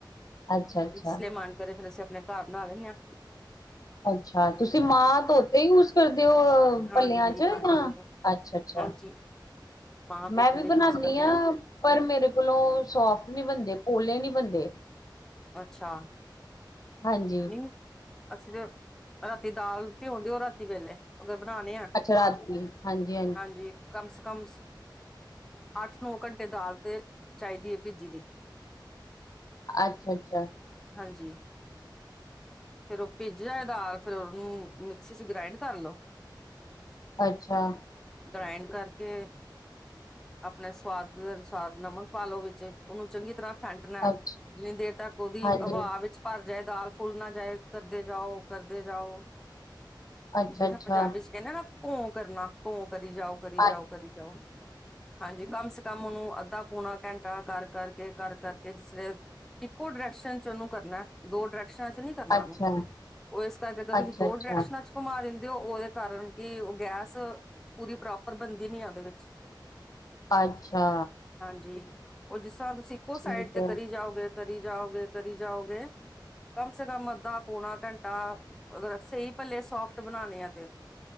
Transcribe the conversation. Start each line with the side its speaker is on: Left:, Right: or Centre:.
Left: ਅੱਛਾ ਅੱਛਾ
Centre: ਇਸ ਲਈ ਮੈਂ- ਤਦੀ ਫੇਰ ਅਸੀ ਆਪਨੇ ਘਰ ਬਣਾ ਲੈਣੇ ਹਾਂ।
Left: ਅੱਛਾ ਤੁਸੀਂ ਮਾਂਹ ਤੋਂ ਤੀ ਯੂਜ਼ ਕਰਦੇ ਹੋ
Centre: ਹਾਂਜੀ,
Left: ਭੱਲਿਆਂ ਚ,
Centre: ਹਾਂਜੀ,
Left: ਯਾਂ? ਅੱਛਾ-ਅੱਛਾ।
Centre: ਹਾਂਜੀ ਮਾਂ ਧੋਤੇ
Left: ਮੈਂ ਵੀ
Centre: ਦੇ
Left: ਬਣਾਨੀਂ
Centre: ਯੂਜ ਕਰਨੇ
Left: ਹਾਂ।
Centre: ਆ
Left: ਪਰ ਮੇਰੇ ਕੋਲੋਂ ਸੋਫਟ ਨਹੀਂ ਬਣਦੇ। ਪੋਲੇ ਨਈ ਬਣਦੇ।
Centre: ਅੱਛਾ!
Left: ਹਾਂਜੀ
Centre: ਨੀ ਅੱਸੀ ਤੇ ਰਾਤੀ ਦਾਲ ਭਿਝੋਂਦੇ ਆ ਰਾਤੀ ਪਹਲੇ। ਅਗਰ ਬਣਾਉਣੇ ਐ,
Left: ਅੱਛਾ ਰਾਤੀ ਹਾਂਜੀ
Centre: ਹਾਂਜੀ ਕਮ ਸੇ ਕਮ ਅੱਠ- ਨੌ ਘੰਟੇ ਦਾਲ ਤੇ, ਚਾਹੀਦੀ ਹੈ ਭਿੱਜੀ ਦੀ।
Left: ਅੱਛਾ-ਅੱਛਾ।
Centre: ਹਾਂਜੀ। ਫੇਰ ਉਹ ਭੀਜੇ ਹੋਏ ਦਾਲ, ਫੇਰ ਔ ਨੂੰ ਮਿਕਸੀ ਚ ਗ੍ਰਇੰਡ ਕਰ ਲੋ।
Left: ਅੱਛਾ।
Centre: ਗ੍ਰਾਇੰਡ ਕਰਕੇ ਆਪਣੇ ਸੁਵਾਦ ਦੇ ਅਨੁਸਾਰ ਨਮਕ ਪਾ ਲੋ ਵਿੱਚ। ਉਹਨੂੰ ਚੰਗੀ ਤਰਾਂਹ ਫੈਂਟਨਾਂ
Left: ਅੱਛ
Centre: ਏ, ਜਿੰਨੀ ਦੇਰ ਤੱਕ ਉਹਦੀ
Left: ਹਾਂਜੀ
Centre: ਹਵਾ ਵਿੱਚ ਭਰ ਜਾਏ। ਦਾਲ ਫੂਲ ਨਾ ਜਾਏ, ਕਰਦੇ ਜਾਓ- ਕਰਦੇ ਜਾਓ।
Left: ਅੱਛਾ
Centre: ਜੈਵੇ
Left: ਅੱਛਾ
Centre: ਪੰਜਾਬੀ ਚ ਕਹਿੰਦੇ ਨਾਂ, ਘੋ੍ਂ ਕਰਨਾ ਘੋ੍ਂ ਕਰੀ ਜਾਓ। ਕਰੀ ਜਾਓ-
Left: ਅ
Centre: ਕਰੀ ਜਾਓ ਹਾਂਜੀ ਕੰਮ ਸ- ਕੰਮ ਓਹਨੂੰ ਅੱਧਾ- ਪੌਣਾ ਘੰਟਾ ਕਰ ਕਰਕੇ-ਕਰ ਕਰਕੇ ਜਿਸ ਲੇ, ਇੱਕੋ ਡਰੈਕਸ਼ਨ ਚ ਉਹਨੂੰ ਕਰਨਾ ਏ। ਦੋ ਡਰੈਕਸ਼ਨਾਂ ਚ ਨੀ- ਕਰਨਾ
Left: ਅੱਛਾ
Centre: ਉਹਨੂੰ, ਉਹ ਇਸ ਕਰਕੇ ਅਗਰ ਤੁਸੀਂ
Left: ਅੱਛਾ
Centre: ਦੋ
Left: ਅੱਛਾ
Centre: ਡਰੈਕਸ਼ਨਾਂ ਚ ਘੁੰਮਾਂ ਦਿੰਦੇ ਹੋ, ਉਹਦੇ ਕਾਰਨ ਕੀ ਉਹ ਗੈਸ ਪੂਰੀ ਪ੍ਰੋਪਰ ਬਣਦੀ ਨੀ ਏ ਉਹਦੇ ਵਿੱਚ।
Left: ਅੱਛਾ।
Centre: ਹਾਂਜੀ ਉਹ ਜਿਸ ਤਰਾਂਹ ਤੁਸੀਂ ਇੱਕੋ
Left: ਠੀਕ
Centre: ਸਾਈਡ ਤੇ
Left: ਹੈ
Centre: ਕਰੀ ਜਾਓਗੇ- ਕਰੀ ਜਾਓਗੇ, ਕਰੀ ਜਾਓਗੇ। ਕਮ ਸੇ ਕਮ ਅੱਧਾ- ਪੌਣਾ ਘੰਟਾ, ਅਗਰ ਸਹੀ ਭੱਲੇ ਸੋਫ ਟ ਬਣਾਣੇ ਹੈ ਤੇ,